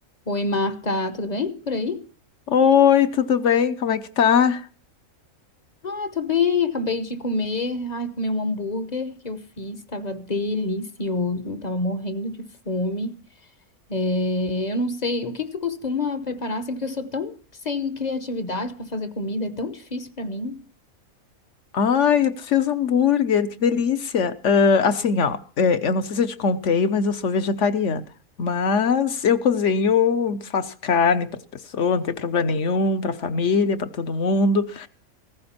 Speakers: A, on the left; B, on the left.
A: Oi, Marta, tudo bem por aí?
B: Oi, tudo bem? Como é que tá?
A: Ah, tô bem, acabei de comer. Ai, comi um hambúrguer que eu fiz, tava delicioso, tava morrendo de fome. É, eu não sei, o que que tu costuma preparar assim, porque eu sou tão sem criatividade pra fazer comida, é tão difícil pra mim.
B: Ai, tu fez hambúrguer, que delícia! Ah, assim, ó, é, eu não sei se eu te contei, mas eu sou vegetariana. Mas eu cozinho, faço carne para as pessoas, não tem problema nenhum, para a família, para todo mundo.